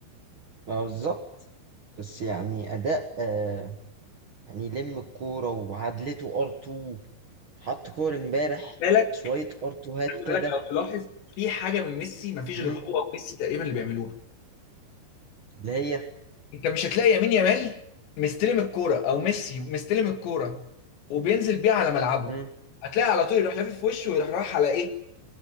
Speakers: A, on the right; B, on the left.
A: ما هو بالظبط بس يعني اداء آه يعني لم الكوره وعدلته ار 2 حط كور امبارح
B: بالك
A: شويه ار 2 هات
B: خلي
A: كده
B: بالك لو تلاحظ في حاجه من ميسي ما فيش
A: مم،
B: غير هو وميسي تقريبا اللي بيعملوها
A: اللي هي
B: انت مش هتلاقي يمين يامال مستلم الكوره او ميسي مستلم الكوره وبينزل بيها على ملعبه
A: مم،
B: هتلاقي على طول يروح لافف في وشه ويروح رايح على ايه